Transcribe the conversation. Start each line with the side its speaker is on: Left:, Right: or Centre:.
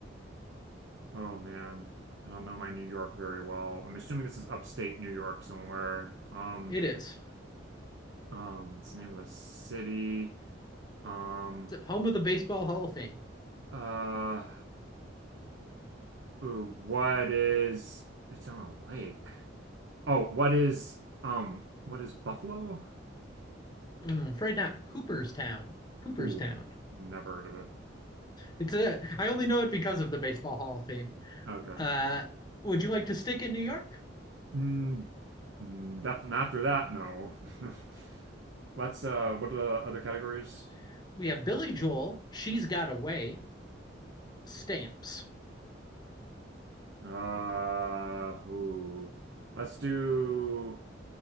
Right: Oh man, I don't know my New York very well. I'm assuming this is upstate New York somewhere. Um,
Left: It is
Right: um it's the name of a city um
Left: it's home of the Baseball Hall of Fame.
Right: uh ooh, what is it's on a lake oh what is um what is Buffalo
Left: Mm, afraid not. Cooperstown. Cooperstown.
Right: ooh never heard of it
Left: It's a. I only know it because of the Baseball Hall of Fame.
Right: <laughs> okay
Left: Uh, would you like to stick in New York?
Right: mm, mm, definitely after that no <laughs> let's uh what are the other categories
Left: <laughs> we have Billy Joel. She's got away. Stamps.
Right: uh ooh let's do